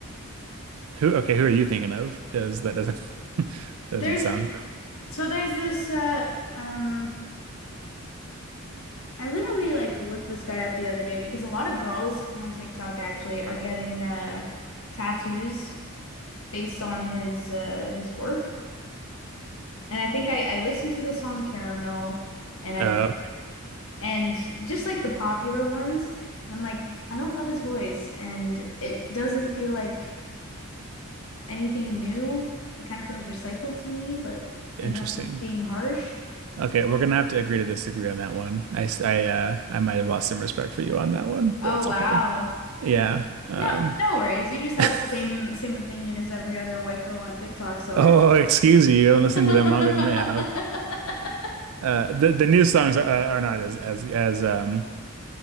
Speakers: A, on the right (about 70°); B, on the left (about 70°).
A: Who okay, who are you thinking of? Because that doesn't <laughs> doesn't
B: There's
A: sound c-
B: so there's this uh um I literally like looked this guy up the other day because a lot of girls on TikTok actually are getting uh tattoos based on his uh his work. And I think I I listened to the song Caramel and I
A: uh,
B: and just like the popular ones. And I'm like, I don't love his voice, and it doesn't feel like anything new. It kind of feels recycled to me, but
A: interesting.
B: maybe I'm just being harsh.
A: Okay, we're gonna have to agree to disagree on that one. I, s- I, uh, I might have lost some respect for you on that one,
B: Oh
A: but that's
B: wow.
A: okay. Yeah. Um,
B: No, no worries. You just have the
A: <laughs>
B: same same opinion as every other white girl on TikTok, so
A: oh,
B: I
A: excuse you. I'm listening
B: <laughs>
A: to them longer than they have. Uh, the the new songs are, are not as as as um